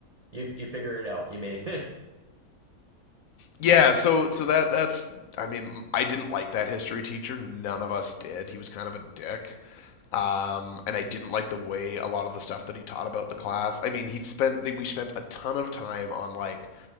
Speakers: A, on the right (about 75°); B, on the left (about 70°).
A: you you figure it out. You may
B: yeah, so so that that's I mean I didn't like that history teacher. None of us did. He was kind of a dick. um, and I didn't like the way a lot of the stuff that he taught about the class. I mean, he spent we spent a ton of time on like